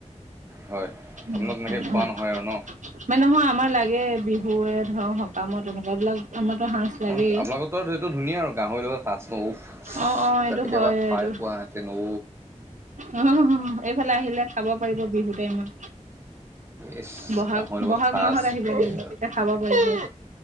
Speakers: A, on the right; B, on the right.
A: হয়,
B: উম,
A: আপোনাৰ তেনেকে
B: উম।
A: খোৱা নহয় আৰু ন?
B: মানে নহয়, আমাৰ লাগে, বিহুৱে ধৰ সকামত তেনেকুৱা বিলাক। আমাৰতো সাজ লাগেই।
A: আপোনালোকৰটো আৰু সেইটো ধুনীয়া আৰু, গাহৰিৰ লগত সাজ, উফ।
B: অ', অ'
A: কেতিয়াবা
B: এইটো হয়
A: খাই
B: এইটো,
A: পোৱাহেঁতেন ঔ
B: অ', অ', এইফালে আহিলে খাব পাৰিব, বিহু টাইমত।
A: ইচ
B: ব'হাগ,
A: গাহৰিৰ লগত
B: ব'হাগ
A: সাজ
B: মাহত আহিলে,
A: বেলেগ
B: তেতিয়া খাব পাৰিব।